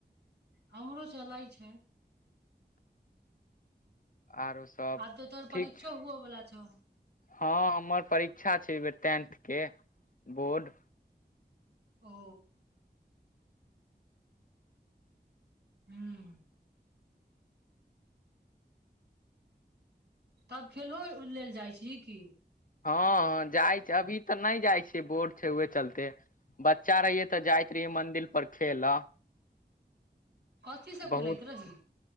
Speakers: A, on the right; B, on the left.
A: हमरो चलय छै।
B: आरो सब
A: आब तो तोहर परीक्षो
B: ठीक छै
A: हुअ बला छौ।
B: हँ हमर परीक्षा छै, एहिबेर टेंथके बोर्ड।
A: ओ हूं तब खेलहो लेल जाइ छी की।
B: हँऽ जाइ छै, अभी तऽ नहि जाइ छिय, बोर्ड छै उहे चलते। बच्चा रहियै, तऽ जाइत रहियै, मंदिर पर खेलऽ।
A: कथी सभ
B: बहुत
A: खेलैत रही।